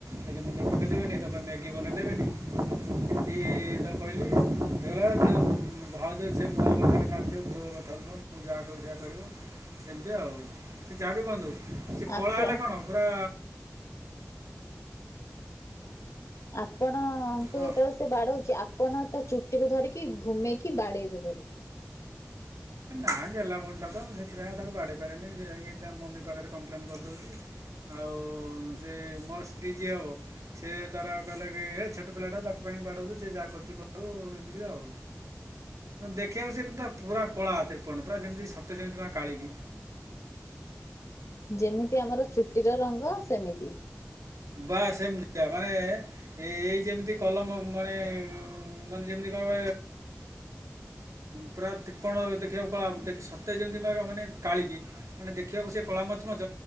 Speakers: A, on the right; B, on the left.
A: ହେଲେ ମୋେ ପଠାଇ ଦେେବେନି ତାପ ପାଇଁ ମ୍ୟାଗି ବନେଇ ଦେବେନି। ଏ ତାକୁ କହିଲି, ଏଗାର ଯୋଉ ଭାଉଜ ଯେ ମୋ କଥାରେ ନାଚିବ, ତୋକଥାରେ ନୁହଁ। ମୁଁ ଯାହା କହିବି, ସେଆ କରିବ ଏମିତି ଆଉ। ସେ ଯାାବି କୁହନ୍ତୁ, ସେ କଳା
B: ଆପ
A: ହେଲେ କଣ ପୁରା
B: ଆପଣଙ୍କୁ
A: ହଁ
B: ଯେତେବେଳେ ସେ ବାଡଉଛି, ଆପଣ ତା ଚୁଟିକୁୁ ଧରିକି, ଘୁମେଇକି ବାଡେଇବେ ଧରିକି।
A: ନାଁ ଗେହ୍ଲା ଭଉଣୀଟା ତ, ମୁଁ ସେଥିପାଇଁ ତାକୁ ବାଢେଇ ପାରେନି, ସେ ଯାଇକି ତା ମମି ପାଖରେ କମ୍ପ୍ଲେନ କରିଦଉଛି। ଆଉ, ସେ ମୋ ସ୍ତ୍ରୀ ଯିଏ ହେବ ସିଏ ତାର କହିଲା କି, ଏ ଛୋଟ ପିଲା ଟା ତାକୁ କାଇଁ ବାଡଉଛୁ, ସିଏ ଯାହା କରୁଛି କରୁ। ଦେଖିବାଆଉ, ଦେଖିବା ସିନଟା ପୁରା କଳାତିିପଣ୍ତପୁରା ଯେମିତି ସତେର ଯେମିତି କାଳିକି।
B: ଯେମିତି ଆମର ଚୁଟିର ରଙ୍ଗ ସେମିତି।
A: ବା ସେମିତିକା, ମାନେ ଏ ଏଇ ଯେମିତି କଲମ ମାନେ ମାନେ ଯେମିତି କହିବ ପୁରା ତ୍ରିପଣ୍ତ ଦେଖିବାକୁ କଳା, ସତେ ଯେମିତି ମାନେ କାଳିକି। ମାନେ ଦେଖିବାକୁ ସେ କଳା ମଚମଚ,